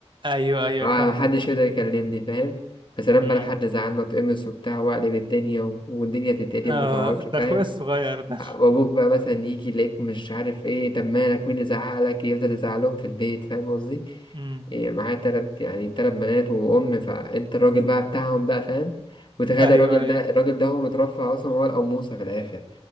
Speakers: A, on the right; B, on the left.
A: ايوه ايوه
B: آه،
A: فاهمك
B: محدش يقدر يكلمني فاهم يا سلام
A: فاهم
B: بقى لو حد زعلنا اتقمص وبتاع واقلب الدنيا و- والدنيا تتقلب
A: آه
B: ومتقعدش
A: ده
B: فاهم
A: اخويا الصغير ده
B: وابوك بقى مثلا يجي يلاقيك مش عارف ايه طب مالك مين اللي زعقلك يفضل يزعلهم في البيت فاهم قصدي
A: امم
B: إيه معايا تلات يعني تلات بنات وأم فأنت الراجل بقى بتاعهم بقى فاهم وتخيل
A: ايوه
B: الراجل
A: ايوه
B: ده الراجل ده هو مترفع أصلا هو القموصة في الآخر